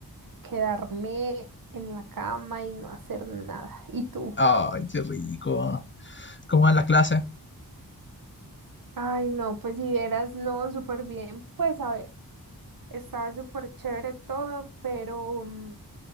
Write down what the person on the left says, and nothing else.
Ay, qué rico. ¿Cómo van las clases?